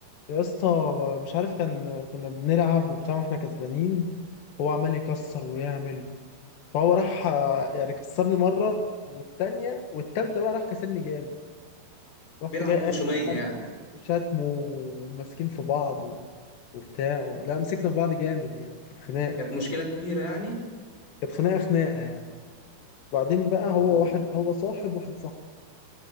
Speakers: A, on the left (about 85°); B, on the left (about 45°).
A: يا اسطى مش عارف كان كنا بنلعب وبتاع واحنا كسبانين هو عمال يكسر ويعمل فهو راح آه، يعني كسرني مره والتانية والتالتة بقى راح كسرني جامد رحت
B: بيلعب
A: جاي
B: بغشوميه
A: قايل بقى
B: يعني
A: شتم وماسكين في بعض و- وبتاع لا مسكنا في بعض جامد يعني كانت خناقة
B: كانت مشكله كبيره يعني
A: كانت خناقة خناقة يعني وبعدين بقى هو
B: اه
A: واحد هو صاحب واحد صاحبي